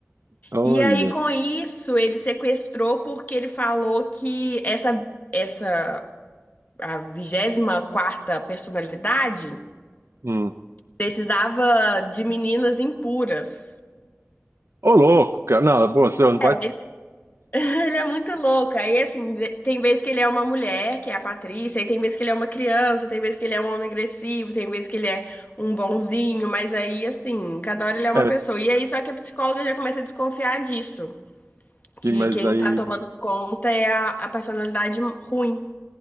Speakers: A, on the right (about 70°); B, on the left (about 40°).
A: Olha.
B: E aí com isso ele sequestrou porque ele falou que essa essa a vigésima quarta personalidade
A: Hum.
B: precisava de meninas impuras.
A: Ô, louco, cara. Não, pô, você não vai.
B: É. Ele, <laughs> ele é muito louco. Aí assim, de- tem vez que ele é uma mulher, que é a Patrícia, aí tem vez que ele é uma criança, tem vez que ele é um homem agressivo, tem vez que ele é um bonzinho, mas aí assim, cada hora ele é uma
A: É,
B: pessoa. E aí só que a psicóloga já começa a desconfiar disso.
A: que-
B: que
A: mas
B: quem
A: aí,
B: tá tomando conta é a, a personalidade ruim.